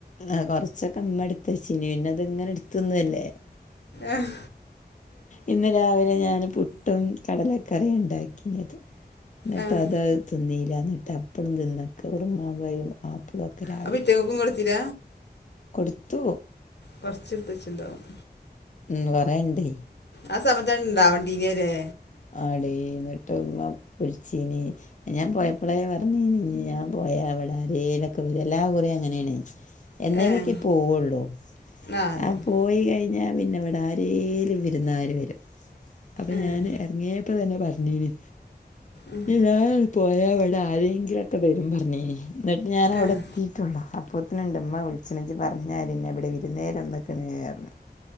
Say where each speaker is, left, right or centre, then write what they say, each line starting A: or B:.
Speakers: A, on the left; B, on the left.
A: ആഹ് കൊറച്ചൊക്കെ ഇമ്മട്ത് വെച്ചീനി പിന്നെ ഇത്ങ്ങനെ ഇട്ത്ത്ന്നല്ലേ
B: എഹ്
A: ഇന്ന് രാവിലെ ഞാന് പുട്ടും കടലക്കറിയാ ഇണ്ടാക്കീന്യത് ഇന്നട്ടത്
B: ഏഹ്
A: അത് തിന്നീല ഇന്നട്ട് അപ്പളും തിന്നക്ക ഉറുമാമ്പയും ആപ്പിളും ഒക്കെ രാ
B: അപ്പൊ ഇറ്റങ്ങക്കും കൊടുത്തില?
A: കൊടുത്തു.
B: കൊർച്ചിട്ത്തച്ചിണ്ടാവും.
A: മ് കൊറെ ഇണ്ടേ
B: ആ സമയത്താണ് ഇണ്ടാവണ്ടീന്യെലെ
A: ആടീ ഇന്നട്ട് മ്മ ബുൾച്ചീനി ഞാൻ പോയപ്പളേ പറഞ്ഞീനി ഞാൻ പോയാ വടെ ആരേലൊക്കെ വരും എല്ലാ കുറിം അങ്ങനേണേ എന്നേലൊക്കെ
B: ഏഹ്
A: പോവൊള്ളൂ.
B: ആഹ് അതന്നെ
A: ആ പോയി കഴിഞ്ഞാ പിന്നെ വെ ടാരേലും വിരുന്നാര് വരും അപ്പൊ
B: ഏഹ്
A: ഞാൻ എറങ്ങ്യേപ്പ തന്നെ പറഞ്ഞീനി
B: ഉം
A: ഇനി ഞാന് പോയാൽവിടെ ആരെങ്കിലൊക്കെ വരും പറഞീനി എന്നിട്ട് ഞനവിടെ
B: ഏഹ്
A: എത്തിട്ടുള്ളോ അപ്പോത്തിനുണ്ട്മ്മ വിളിച്ചണെ ജ്ജ് പറഞ്ഞോലന്നെ ഇവിടെ വിരുന്നേരന്നക്കിണുപറഞ്ഞു